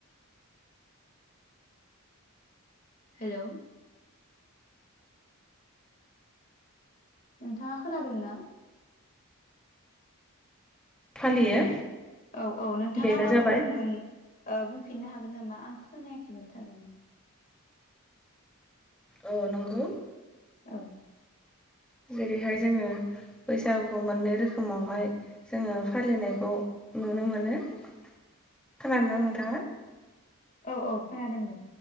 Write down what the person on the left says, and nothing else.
हेलौ? नोंथाङा खोनादों ना?
औ औ नोंथाङा
मा
बुंदोंमोन ओ बुंफिननो हागोन नामा आं खोनायाखैमोन थारमाने?
औ।
औ औ खोनादों दे।